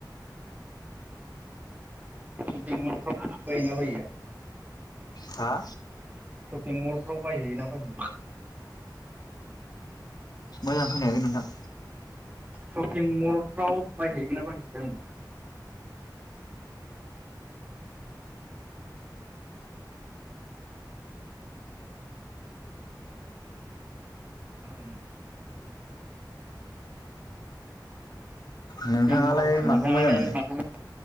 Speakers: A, on the right; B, on the left.
A: शपिं मलफ्राव बायोना बायो?
B: हा
A: बेंगलफ्राव बायहैयोना बायहैया
B: मोजां खोनायाखै नोंथां
A: सपिं मलफ्राव बायहैगोन ना बायहैया होन्दां खोनादोंना? शपिं
B: नों थाङालाय
A: मलावहाय नोंथाङालाय
B: माखौ मोजां मोनो
A: माखौ